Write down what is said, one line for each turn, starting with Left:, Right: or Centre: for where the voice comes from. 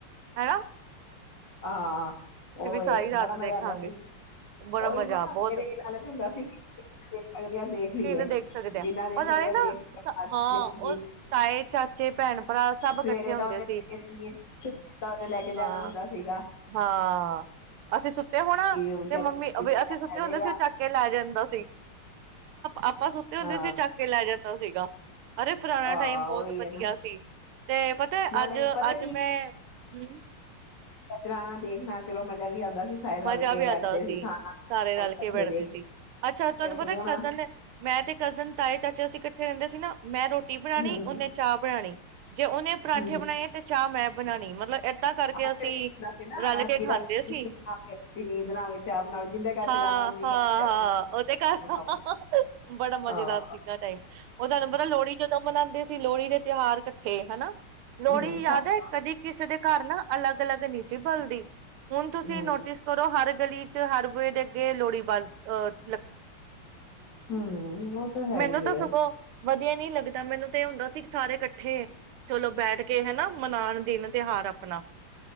Right: ਹੈ
Left: ਹਾਂ
Right: ਸਾਰੀ ਰਾਤ
Left: ਬੜਾ ਮਜ਼ਾ
Right: ਦੇਖਾਂਗੇ
Left: ਆਉਂਦਾ ਸੀ
Right: ਬੜਾ
Left: ਉਹੀ
Right: ਮਜ਼ਾ
Left: ਨਾ
Right: ਬਹੁਤ
Left: ਫਿਰ ਇਹ ਲਾਲਚ ਹੁੰਦਾ ਸੀ ਦੇਖ ਸਕਦੇ ਹ ਦੇਖ ਲਈਏ
Right: ਤਨ ਦੇਖ ਸਕਦੇ ਆ
Left: ਜਿੰਨਾ ਦੇਖ
Right: ਉਹ
Left: ਸਕਦੇ
Right: ਨਾਲੇ
Left: ਆ
Right: ਨਾ
Left: ਦੇਖ
Right: ਹਾਂ
Left: ਲਈਏ।
Right: ਉਹ ਤਾਏ ਚਾਚੇ ਭੈਣ ਭਰਾ ਸਭ ਇਕੱਠੇ
Left: ਸਵੇਰੇ
Right: ਹੁੰਦੇ
Left: ਤਾਂ ਉਹਨੇ
Right: ਸੀ
Left: ਲੈ ਕੇ ਜਾਣੀ ਹੈ ਤਾਂ ਉਹਨੇ ਲੈ ਕੇ
Right: ਹਾਂ
Left: ਜਾਣਾ ਹੁੰਦਾ ਸੀਗਾ
Right: ਹਾਂ ਅਸੀਂ ਸੁੱਤੇ ਹੋਣਾ
Left: ਕਿ
Right: ਤੇ
Left: ਚਲੋ
Right: ਮੰਮੀ ਅਸੀਂ ਸੁੱਤੇ
Left: ਆ
Right: ਹੁੰਦੇ
Left: ਜਾਏਗਾ
Right: ਸੀ ਉਹ ਚਾ ਕੇ ਲੈ ਜਾਂਦਾ ਸੀ। ਆਪਾਂ ਸੁੱਤੇ ਹੁੰਦੇ
Left: ਹਾਂ
Right: ਸੀ ਚੱਕ ਕੇ ਲੈ ਜਾਂਦਾ। ਸੀਗਾ ਅਰੇ ਪੁਰਾਣਾ
Left: ਹਾਂ
Right: ਟਾਈਮ ਬਹੁਤ
Left: ਉਹੀ
Right: ਵਧੀਆ
Left: ਹੈ ਨਾ
Right: ਸੀ ਤੇ ਪਤਾ
Left: ਨਾਲੇ
Right: ਅੱਜ
Left: ਪਤਾ
Right: ਅੱਜ ਮੈਂ ਹਮ
Left: ਚਲਾਉਣਾ ਦੇਖਣਾ ਚਲੋ ਮਜ਼ਾ ਵੀ ਆਉਂਦਾ ਸੀ। ਸਾਰੇ
Right: ਮਜ਼ਾ
Left: ਰਲ ਕੇ
Right: ਵੀ ਆਉਂਦਾ
Left: ਬੈਠਦੇ
Right: ਸੀ
Left: ਖਾਣਾ
Right: ਸਾਰੇ ਰਲ
Left: ਇਕੱਠੇ
Right: ਕੇ ਬੈਠਦੇ
Left: ਦੇਖ
Right: ਸੀ ਅੱਛਾ ਤੁਹਾਨੂੰ
Left: ਤੇ
Right: ਪਤਾ
Left: ਹੁਣ
Right: ਕਜ਼ਨ ਮੈਂ ਤੇ ਕਜ਼ਨ, ਤਾਏ, ਚਾਚੇ ਅਸੀ ਫੇ ਰਹਿੰਦੇ ਸੀ ਨਾ ਮੈਂ ਰੋਟੀ
Left: ਹਮ
Right: ਬਣਾਉਣੀ ਉਨੇ ਚਾਹ ਬਣਾਉਣੀ। ਹ ਜੇ ਉਹਨੇ ਪਰਾਂਠੇ
Left: ਹਮ
Right: ਬਣਾਏਏ ਤੇ ਚਾਹ ਮੈਂ ਬਣਾਉਣੀ ਮਤਲਬ ਇਦਾਂ ਕਰਕੇ
Left: ਆਖਰ
Right: ਅਸੀਂ
Left: ਇਹ ਹੁੰਦਾ ਸੀ ਨਾ
Right: ਰਲ ਕੇ
Left: ਕਿ ਰਾਤੀ
Right: ਖਾਂਦੇ ਸੀ।
Left: ਰਾਤੀ ਨੀਂਦ ਨਾ ਆਵੇ ਚਾਹ ਬਣਾਓ ਜਿੰਦੇ ਘਰ
Right: ਹਾਂ
Left: ਚਲਾਣਾ ਉਹਨੀ
Right: ਹਾਂ
Left: ਚਾਹ
Right: ਹਾਂ ਉਹਦੇ ਘਰ
Left: ਬਣਾਓ
Right: ਦਾ ਬੜਾ ਮਜ਼ੇਦਾਰ
Left: ਹਾਂ
Right: ਸੀਗਾ ਟਾਈਮ ਉਹ ਤੁਹਾਨੂੰ ਪਤਾ ਲੋਹੜੀ ਜਦੋਂ ਮਨਾਉਂਦੇ ਸੀ। ਲੋਹੜੀ ਦੇ ਤਿਉਹਾਰ ਇਕੱਠੇ ਹਨਾ। ਲੋਹੜੀ
Left: ਹਮ
Right: ਯਾਦ
Left: ਸਾਡੇ
Right: ਹੈ ਕਦੀ ਕਿਸੇ ਦੇ ਘਰ ਨਾ ਅਲੱਗ- ਅਲੱਗ ਨਹੀਂ ਸੀ ਬਲਦੀ ਹੁਣ ਤੁਸੀਂ ਤੁਸੀਂ
Left: ਹਮ
Right: ਨੋਟਿਸ ਕਰੋ ਹਰ ਗਲੀ ਚ ਹਰ ਬੋਏ ਦੇ ਅੱਗੇ ਲੋਹੜੀ ਵ ਅ
Left: ਹਮ ਉਹ ਤਾਂ ਹੈ
Right: ਮੈਨੂੰ
Left: ਹੀ
Right: ਤਾਂ
Left: ਹੈ।
Right: ਸਗੋਂ ਵਧੀਆ ਨੀ ਲੱਗਦਾ ਮੈਨੂੰ ਤੇ ਇਹ ਹੁੰਦਾ ਸੀ ਸਾਰੇ ਇਕੱਠੇ ਚਲੋ ਬੈਠ ਕੇ ਹਨਾ ਮਨਾਉਣ ਦਿਨ ਤਿਉਹਾਰ ਆਪਣਾ।